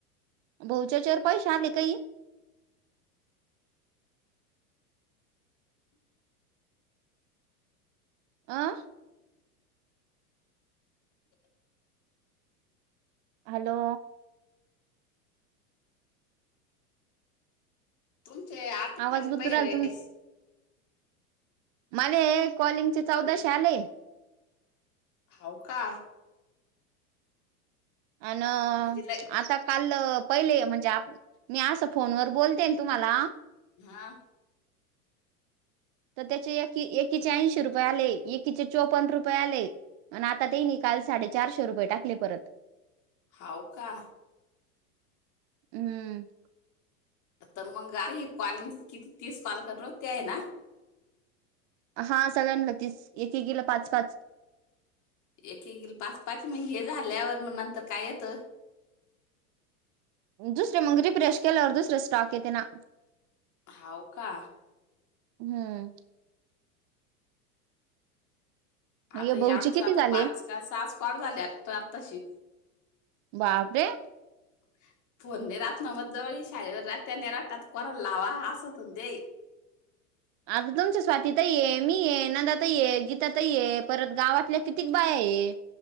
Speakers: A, on the right (about 45°); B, on the left (about 40°).
A: भाऊच्या याच्यावर पैसे आले काही आं. हॅलो.
B: तुमचे आर्थिक
A: आवाज गुतू
B: पहिला
A: राहिला
B: वेळेस
A: मलाया कॉलिंगचे
B: वेळेस
A: चौदाशे आले.
B: हाऊ का?
A: आण्णा
B: म्हणजे लय
A: आता काल पहिले म्हणजे आप मी असं फोनवर बोलते तुम्हाला
B: हा.
A: तर त्याचे एक एकीचे ऐंशी रुपये आले एकीचे चौपन्न रुपये आले. आणि आता तिने काल साडेचारशे रुपये टाकले परत
B: होऊ का?
A: हम्म.
B: तर मगं ऐक कॉलिंग किती तीस कॉल करणार ते 'हाय ना
A: हा सगळ्यांना तीच एकेकीला पाच पाच
B: एकेकीला पाच पाच मग हे झाल्यावर मग नंतर काय येतं.
A: दुसरे मग री फ्रेश केलंवर दुसरे स्टॉक येते ना.
B: होऊ का?
A: हम्म.
B: आता
A: हे
B: या
A: भाऊचे
B: आमचं
A: किती
B: आता
A: झाले
B: पाच का सहाच कॉल झाल्यात आता आता तशी
A: बापरे
B: ह् <inaudible> फोनने राहात ना मग जवळी शाळेवर रात्याने जातात कोणाला लावा असत हो दे.
A: आता तुमच्या स्वाती ताई आहे मी ये नंदाताई ये गीता ताई ये परत गावातल्या कितीक बाय आहे.